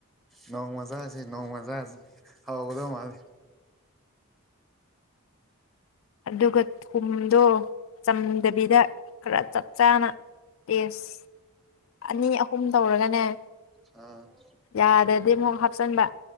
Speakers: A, in the centre; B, on the left.
A: ꯅꯣꯡꯃ ꯆꯥꯖꯦ ꯅꯣꯡꯃ ꯖꯥꯖꯦ ꯍꯥꯎꯒꯗꯧ ꯃꯥꯜꯂꯦ
B: ꯑꯗꯨꯒ ꯊꯨꯝꯗꯣ ꯆꯝꯗꯕꯤꯗ ꯈꯔ ꯆꯞ ꯆꯥꯅ ꯑꯦꯁ ꯑꯅꯤ ꯑꯍꯨꯝ ꯇꯧꯔꯒꯅꯦ
A: ꯑ
B: ꯌꯥꯗꯗꯤ ꯃꯨꯛ ꯍꯥꯞꯆꯟꯕ